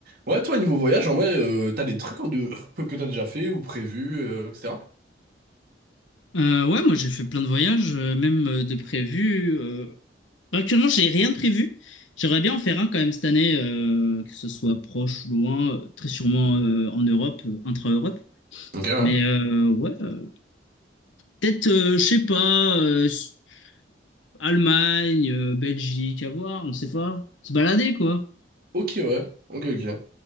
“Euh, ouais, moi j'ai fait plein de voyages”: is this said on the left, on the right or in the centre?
Left